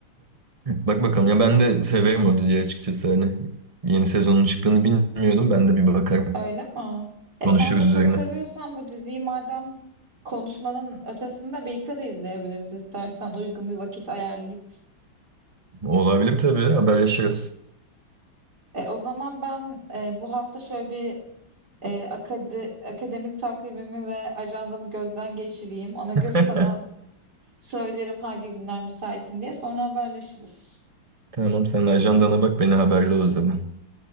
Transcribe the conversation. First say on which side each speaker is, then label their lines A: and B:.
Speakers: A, on the right (about 20°); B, on the right (about 50°).
A: Bak bakalım ya ben de severim o diziyi açıkçası hani. Yeni sezonun çıktığını bilmiyordum. Ben de bir bakarım.
B: Öyle mi? E
A: Konuşuruz
B: sen de
A: üzerine.
B: çok seviyorsan bu diziyi madem konuşmanın ötesinde birlikte de izleyebiliriz istersen uygun bir vakit ayarlayıp.
A: Olabilir tabii. Haberleşiriz.
B: E, o zaman ben e, bu hafta şöyle bir e, akade- akademik takvimimi ve ajandamı gözden geçireyim. Ona göre
A: <laughs>
B: sana söylerim hangi günler müsaitim diye. Sonra haberleşiriz.
A: Tamam sen ajandana bak beni haberle o zaman.